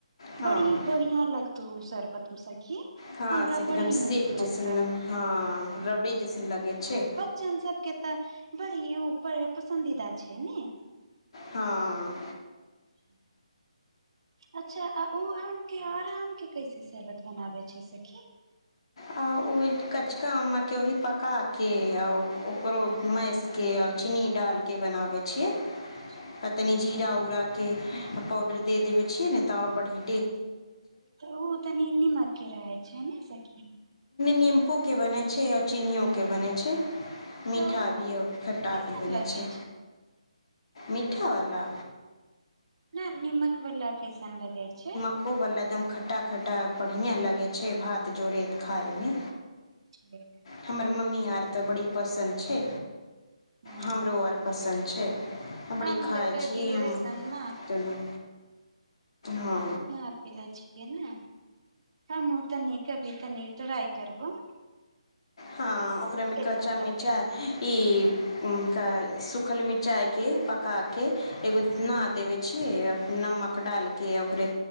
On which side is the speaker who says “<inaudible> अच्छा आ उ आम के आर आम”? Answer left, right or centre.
Right